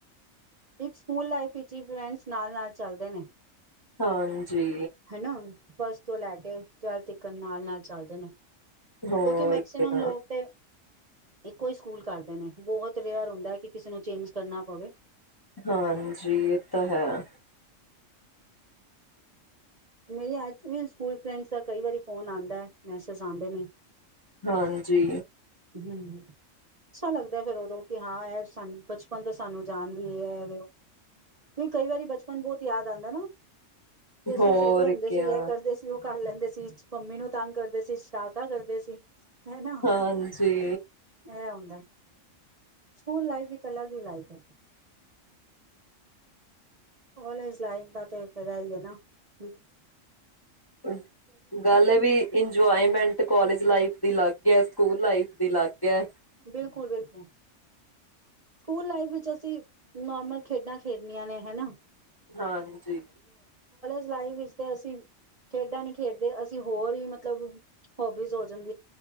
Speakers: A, on the right; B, on the left.
A: ਇੱਕ ਸਕੂਲ ਲਾਈਫ ਵਿੱਚ ਫਰੈਂਡਸ ਨਾਲ ਨਾਲ ਚੱਲਦੇ ਨੇ।
B: ਹਾਂਜੀ।
A: ਹਨਾ ਫਸਟ ਤੋਂ ਲੈ ਕੇ ਟਵੈਲਥ ਤੱਕ ਨਾਲ ਨਾਲ ਚੱਲਦੇ ਨੇ।
B: ਹੋਰ
A: ਕਿਉਂਕਿ ਮੈਕਸੀਮਮ
B: ਕਿਆ
A: ਲੋਕ ਤੇ ਇੱਕੋ ਹੀ ਸਕੂਲ ਕਰਦੇ ਨੇ ਬਹੁਤ ਵੇਅਰ ਆਦਾ ਹੈ ਕਿ ਕਿਸੇ ਨੂੰ ਚੇਂਜ ਕਰਨਾ ਪਵੇ।
B: ਹਾਂਜੀ ਇਹ ਤਾਂ ਹੈ।
A: ਮੇਰੇ ਅੱਜ ਵੀ ਸਕੂਲ ਫਰੈਂਡਸ ਦਾ ਕਈ ਵਾਰੀ ਫੋਨ ਆਦਾ ਹੈ ਮੈਸੇਜ ਆਦੇ ਨੇ।
B: ਹਾਂਜੀ।
A: ਹੂੰ ਅੱਛਾ ਲੱਗਦਾ ਫਿਰ ਉਦੋਂ ਕਿ ਹਾਂ ਇਹ ਸਾਨੂੰ ਬਚਪਨ ਤੋਂ ਸਾਨੂੰ ਜਾਣਦੀ ਹੈ ਕਿਉਕਿ ਕਈ ਵਾਰੀ ਬਚਪਨ ਬਹੁਤ ਯਾਦ ਆਦਾ ਨਾ। ਵੀ ਅਸੀਂ
B: ਹੋਰ
A: ਛੋਟੇ ਹੁੰਦੇ
B: ਕਿਆ
A: ਸੀ ਇਹ ਕਰਦੇ ਸੀ ਉਹ ਕਰ ਲੈਂਦੇ ਸੀ। ਜਿਸ ਚ ਪੰਮੀ ਨੂੰ ਤੰਗ ਕਰਦੇ ਸੀ। ਟਾਟਾ ਕਰਦੇ ਸੀ। ਹੈਨਾ
B: ਹਾਂਜੀ
A: ਇਹ ਹੁੰਦਾਂ ਐ। ਸਕੂਲ ਲਾਈਫ ਇੱਕ ਅਲੱਗ ਹੀ ਲਾਈਫ ਹੈ। ਕਾਲਜ ਲਾਈਫ ਦਾ ਤਾਂ ਫੇਰ ਹੀ ਹੈ ਨਾ ਹੂੰ।
B: ਹੂੰ ਗੱਲ ਵੀ ਇੰਜੋਏਮੈਂਟ। ਤੇ ਕਾਲਜ ਲਾਈਫ ਦੀ ਅਲੱਗ ਹੈ ਸਕੂਲ ਲਾਈਫ ਦੀ ਅਲੱਗ। ਹੈ
A: ਬਿਲਕੁਲ ਬਿਲਕੁਲ। ਸਕੂਲ ਲਾਈਫ ਵਿੱਚ ਅਸੀਂ ਨੋਰਮਲ ਖੇਡਾ ਖੇਡਣੀਆਂ ਨੇ ਹੈ ਨਾ।
B: ਹਾਂਜੀ।
A: ਚਲਾਈ ਵਿੱਚ ਤੇ ਅਸੀਂ ਖੇਡਾ ਨੀ ਖੇਡਦੇ ਅਸੀਂ ਹੋਰ ਹੀ ਮਤਲਬ ਹੋਬੀਜ਼ ਹੋ ਜਾਂਦੇ।